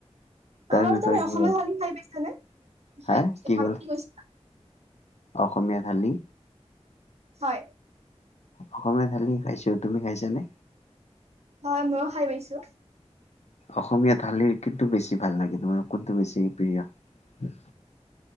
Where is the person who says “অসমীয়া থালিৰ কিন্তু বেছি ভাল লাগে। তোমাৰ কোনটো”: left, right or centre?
Left